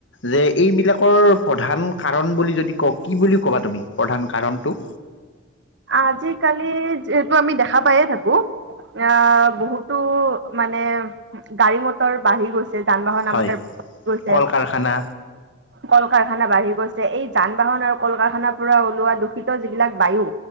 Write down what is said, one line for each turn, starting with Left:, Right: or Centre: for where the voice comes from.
Left: যে এইবিলাকৰ প্ৰধান কাৰণ বুলি যদি কওঁ কি বুলি কবা তুমি প্ৰধান কাৰণটো?
Right: আজিকালি যিহেতু আমি দেখা পায়য়ে থাকো অ বহুতো মানে গাড়ী মটৰ বাঢ়ি গৈছে যান বাহন
Left: হয়
Right: আমাৰ বাঢ়ি গৈছে
Left: কল কাৰখানা
Right: কল কাৰখানা বাঢ়ি গৈছে এই যান বাহন আৰু কল কাৰখানাৰ পৰা ওলোৱা দূষিত যিবিলাক বায়ু